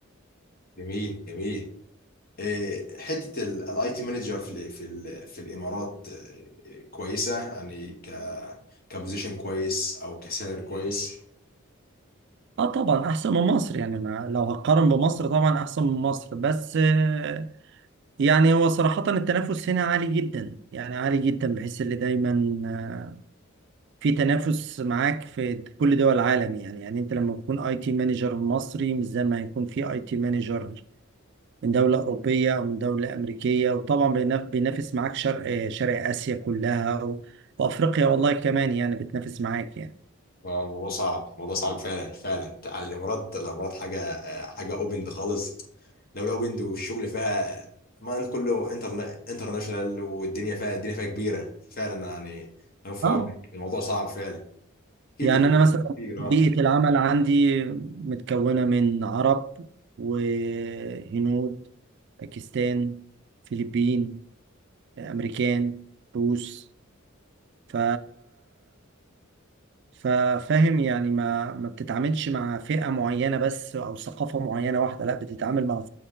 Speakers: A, on the left; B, on the right.
A: جميل جميل إيه، حتة الاي تي مانجر في ال في ال في الامارات إيه، كويسة يعني ك كبوزيشن كويس او كسالري كويس
B: اه طبعا احسن من مصر يعني ما لو هقارن بمصر طبعا احسن من مصر بس آه، يعني هو صراحة التنافس هنا عالي جدا يعني عالي جدا بحيث اللي دايما آه، في تنافس معاك في كل دول العالم يعني يعني انت لما تكون اي تي مانجر مصري مش زي ما هيكون في اي تي مانجر من دولة أوروبية أو من دولة أمريكية وطبعا بيناف- بينافس معاك شرق شرق آسيا كلها و... وأفريقيا والله كمان يعني بتنافس معاك يعني
A: آه، الموضوع صعب الموضوع صعب فعلا فعلا على الامارات الامارات حاجه آه، حاجه اوبند خالص دوله اوبند والشغل فيها ما انت كله انتر انترناشونال والدنيا فيها الدنيا فيها كبيره فعلا يعني أنا في
B: اه
A: عونك الموضوع صعب فعلا اكيد
B: يعني
A: بتقابل
B: أنا مثلا
A: كتير
B: بيئة
A: اه
B: العمل عندي متكونة من عرب وهنود باكستان فلبين أمريكان روس ف ففاهم يعني ما ما بتتعاملش مع فئة معينة بس أو ثقافة معينة واحدة لا بتتعامل مع